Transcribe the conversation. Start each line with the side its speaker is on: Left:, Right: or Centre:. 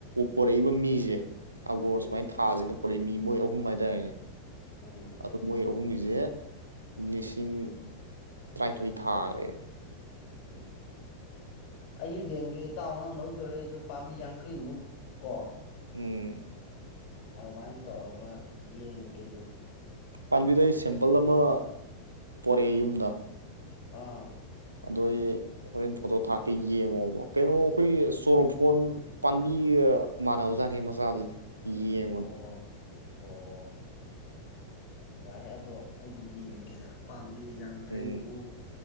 Right: ꯄꯣꯔꯛꯏꯕ ꯃꯤꯁꯦ ꯑꯒꯣꯔ
Left: ꯎꯝ
Right: ꯁꯨꯃꯥꯏꯅ ꯊꯥꯁꯤꯅ ꯄꯨꯔꯛꯏ ꯃꯤ ꯃꯣꯏ ꯑꯍꯨꯝ ꯍꯥꯏꯇꯥꯔꯦꯅꯦ
Left: ꯎꯝ
Right: ꯑꯗꯨ ꯃꯣꯏ ꯑꯍꯨꯝꯒꯤꯁꯦ ꯂꯤꯁꯤꯡ ꯇꯔꯥꯅꯤꯊꯣꯏ ꯊꯥꯈ꯭ꯔꯦ
Left: ꯎꯝ ꯑꯩꯁꯨ ꯌꯦꯡꯒꯦ ꯇꯥꯎꯅ ꯅꯪ ꯂꯧꯗꯣꯏꯔꯁꯨ ꯄꯥꯝꯕꯤ ꯌꯥꯡꯈꯩꯃꯨꯛ ꯀꯣ
Right: ꯎꯝ
Left: ꯑꯗꯨꯃꯥꯏ ꯇꯧꯔꯒꯥ ꯌꯦꯡꯒꯦ
Right: ꯄꯥꯟꯕꯤꯗꯣ ꯑꯩꯅ ꯁꯦꯝꯄꯜ ꯑꯃ ꯄꯣꯔꯛꯑꯦ ꯌꯨꯝꯗ
Left: ꯑꯥ
Right: ꯑꯗꯣ ꯑꯩ ꯍꯣꯔꯦꯟ ꯐꯣꯇꯣ ꯊꯥꯔꯛꯀꯦ ꯌꯦꯡꯉꯣꯕ ꯀꯩꯅꯣ ꯑꯩꯈꯣꯏꯒꯤ ꯆꯣꯔꯣꯐꯣꯟ ꯄꯥꯟꯕꯤ ꯃꯅꯥꯕꯖꯥꯠꯅꯦ ꯃꯆꯥ ꯗꯨꯗꯤ ꯌꯦꯡ
Left: ꯑꯣ ꯑꯣ ꯌꯥꯏ ꯑꯗꯣ ꯑꯩꯁꯨ ꯌꯦꯡꯒꯦ ꯄꯥꯝꯕꯤ ꯌꯥꯡꯈꯩꯃꯨꯛ
Right: ꯎꯝ